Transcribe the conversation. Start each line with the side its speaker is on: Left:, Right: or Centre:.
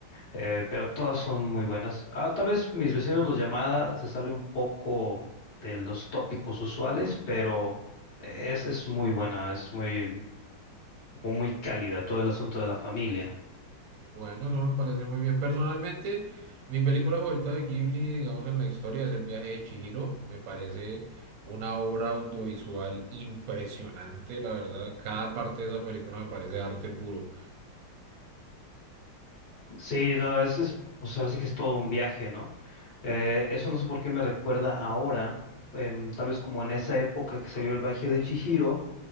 Left: Eh, pero todas son muy buenas. Ah, tal vez mis vecinos los llamada se sale un poco de los tópicos usuales, pero es, es muy buena, es muy, como muy cálida todo el asunto de la familia.
Right: Bueno, eso me parece muy bien. Personalmente, mi película favorita de Ghibli, digamos en la historia, es El viaje de Chihiro. Me parece una obra audiovisual impresionante, la verdad. Cada parte de esa película me parece arte puro.
Left: Sí, no, es, es, pues ahora sí que es todo un viaje, ¿no? Eh, eso no sé por qué me recuerda ahora, em, tal vez como en esa época que salió el viaje de Chihiro.